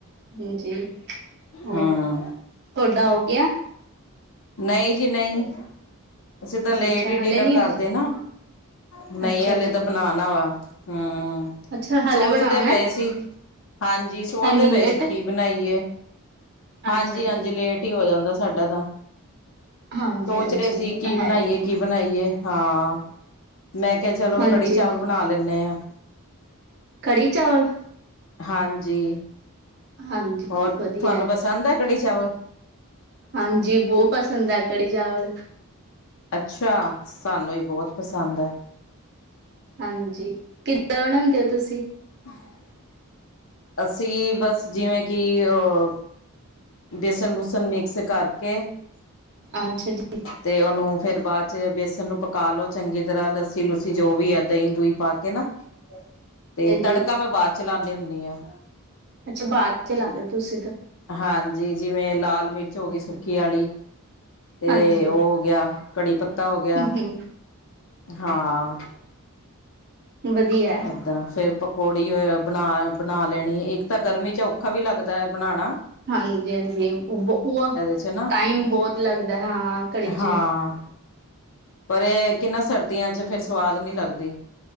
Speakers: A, on the right; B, on the left.
A: ਹਾਂਜੀ ਹੋਰ,
B: ਹਾਂ
A: ਥੋਡਾ ਹੋ ਗੇਆ।
B: ਨਈਂ ਜੀ ਨਈਂ। ਅਸੀਂ ਤਾਂ ਲੇਟ
A: ਅੱਛਾ
B: ਈ ਡਿਨਰ
A: ਹਲੇ ਨੀ,
B: ਕਰਦੇ ਨਾ, ਨਈਂ
A: ਅੱਛਾ
B: ਹਲੇ
A: ਜੀ,
B: ਤਾਂ ਬਨਾਨਾ ਵਾ। ਹਾਂ।
A: ਅੱਛਾ ਹਲੇ
B: ਸੋਚਦੇ
A: ਬਣਾਉਣਾ,
B: ਪਏ ਸੀ, ਹਾਂਜੀ ਸੋਚਦੇ
A: ਐਨੀ
B: ਪਏ
A: ਲੇਟ?
B: ਸੀ ਕੀ ਬਨਾਈਏ। ਹਾਂਜੀ-ਹਾਂਜੀ
A: ਅੱਛਾ ਜੀ,
B: ਲੇਟ ਈ ਹੋ ਜਾਂਦੈ ਸਾਡਾ ਤਾਂ।
A: ਹਾਂਜੀ-ਹਾਂਜੀ।
B: ਸੋਚ ਰਹੇ ਸੀ ਕੀ
A: ਤਾਂ
B: ਬਨਾਈਏ-ਕੀ
A: ਹੈ ਹੀ ਹੈ।
B: ਬਨਾਈਏ ਹਾਂ, ਮੈਂ ਕਿਆ ਚਲੋ
A: ਹਾਂਜੀ,
B: ਕੜੀ ਚਾਵਲ ਬਨਾ ਲੈਂਨੇ ਆਂ।
A: ਕੜੀ ਚਾਵਲ
B: ਹਾਂਜੀ।
A: ਹਾਂਜੀ
B: ਹੋਰ
A: ਵਧੀਆ,
B: ਥਆਨੂੰ ਪਸੰਦ ਐ ਕੜੀ ਚਾਵਲ।
A: ਹਾਂਜੀ ਬਹੁ ਪਸੰਦ ਐ ਕੜੀ ਚਾਵਲ।
B: ਅੱਛਾ, ਸਾਨੂੰ ਵੀ ਬੋਤ ਪਸੰਦ ਐ।
A: ਹਾਂਜੀ, ਕਿੱਦਾਂ ਬਨਾਂਦੇ ਓਂ ਤੁਸੀਂ।
B: <inaudible> ਅਸੀਂ ਬਸ ਜਿਵੇਂ ਕੀ ਅ ਬੇਸਣ ਬੂਸਨ ਮਿਕਸ ਕਰਕੇ
A: ਅੱਛਾ ਜੀ।
B: ਤੇ ਓਨੂੰ ਫੇਰ ਬਾਦ ਚ ਬੇਸਨ ਨੂੰ ਪਕਾ ਲੋ ਚੰਗੀ ਤਰ੍ਹਾਂ ਲੱਸੀ-ਲੁੱਸੀ ਜੋ ਵੀ ਐ, ਦਈਂ-ਦੂਈਂ ਪਾ ਕੇ ਨਾ।
A: <inaudible>
B: ਤੇ
A: ਹਾਂਜੀ
B: ਤੜਕਾ ਮੈਂ ਬਾਦ ਚ ਲਾਨੀ ਹੁੰਨੀ ਆਂ।
A: ਅੱਛਾ ਬਾਦ ਚ ਲਾਨੇ ਓ ਤੁਸੀਂ ਤਾਂ।
B: ਹਾਂਜੀ ਜਿਵੇਂ ਲਾਲ ਮਿਰਚ ਹੋਗੀ ਸੁੱਕੀ ਆਲੀ ਤੇ
A: ਹਾਂਜੀ,
B: ਓ ਹੋ ਗੇਆ ਕੜੀ ਪੱਤਾ ਹੋ ਗੇਆ,
A: ਹੂੰ-ਹੂੰ,
B: ਹਾਂ।
A: ਵਦੀਐ
B: ਏਦਾਂ ਫੇਰ ਪਕੌੜੀ ਬਨਾ-ਬਨਾ ਲੈਨੀ ਇੱਕ ਤਾਂ ਗਰਮੀ ਚ ਔਖਾ ਵੀ ਲੱਗਦਾ ਐ ਬਨਾਨਾ।
A: ਹਾਂਜੀ-ਹਾਂਜੀ ਓ
B: ਚ ਨਾ
A: ਟਾਈਮ ਬੋਤ ਲੱਗਦਾ ਹਾਂ ਕੜੀ ਚ
B: ਹਾਂ
A: <inaudible>
B: ਪਰ ਐ ਕੇ ਨਾ ਸਰਦੀਆਂ ਚ ਫਿਰ ਸਵਾਦ ਨੀ ਲੱਗਦੀ।